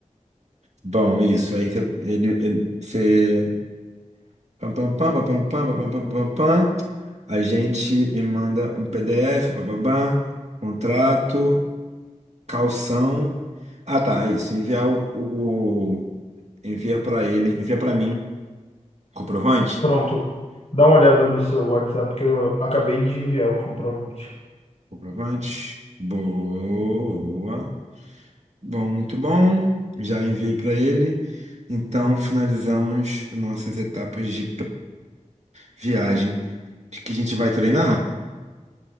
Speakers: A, on the right; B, on the left.
A: Bom, é isso. Aí você. Ele, ele- você... pam, pam, pam, pam, pam, pam, pam, pam, pam, pam. A gente me manda um PDF, bababá, contrato, calção. Ah, tá, é isso. Enviar o, o- envia para ele, envia para mim. Comprovante?
B: Pronto. Dá uma olhada no seu WhatsApp que eu acabei de enviar o comprovante.
A: Comprovante. Boa. Bom, muito bom. Já enviei para ele. Então, finalizamos nossas etapas de pré-viagem. De que a gente vai treinar?